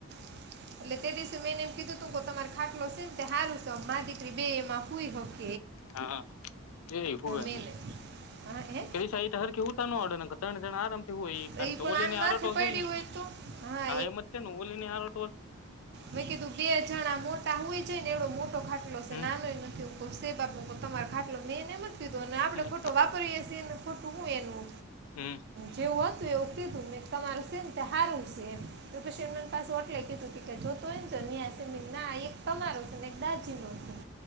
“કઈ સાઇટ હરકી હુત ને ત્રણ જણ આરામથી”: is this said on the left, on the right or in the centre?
Left